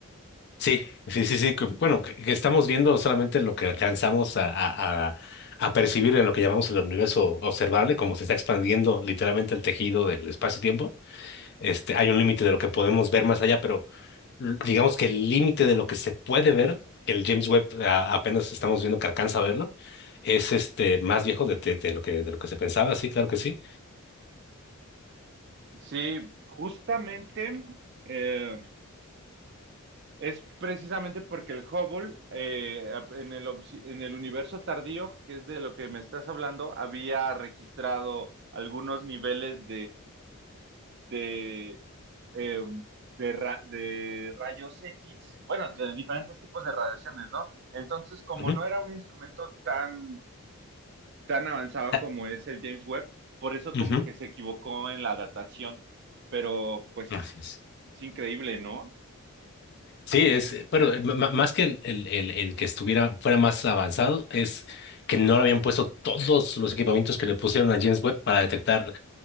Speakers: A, on the left; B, on the right.
A: Sí, sí, sí, sí. que- Bueno, que, que estamos viendo solamente lo que alcanzamos a, a, a- a percibir en lo que llamamos el universo observable, como se está expandiendo literalmente el tejido del espacio-tiempo. Este, hay un límite de lo que podemos ver más allá, l- digamos que el límite de lo que se puede ver, que el James Webb a- apenas estamos viendo que alcanza a verlo, es este más viejo de, de- de lo que de lo que se pensaba, sí, claro que sí.
B: Sí, justamente eh, es precisamente porque el Hubble eh, en el, obs- en el universo tardío, que es de lo que me estás hablando, había registrado algunos niveles de, eh, de, ra- de rayos X, bueno, de diferentes tipos de radiaciones, ¿no? Entonces, como
A: Ujú.
B: no era un instrumento tan, tan avanzado
A: Ah,
B: como es el James Webb, por eso
A: ujú.
B: como que se equivocó en la datación, pero pues
A: Gracias.
B: es increíble, ¿no?
A: Sí, es, eh, bueno, eh, ma- ma- más que el, el, el, el que estuviera, fuera más avanzado, es que no le habían puesto todos los equipamientos que le pusieron a James Webb para detectar